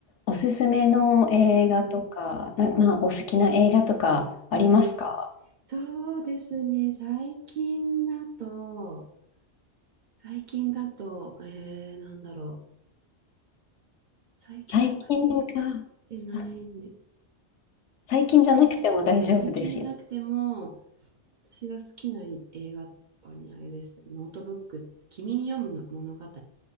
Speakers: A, on the left; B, on the right.
A: おすすめの映画とか、
B: うん、
A: な、まあ、お好きな映画とかありますか
B: うん、うんそうですね。最近だと、最近だと、えー、なんだろう。最近あんまり見
A: 最近か。
B: てないんで、
A: さ最近じゃなくても大丈夫ですよ。
B: 最、最近じゃなくても、私が好きな映画はね、あれです。ノートブック、君に読むの物語が、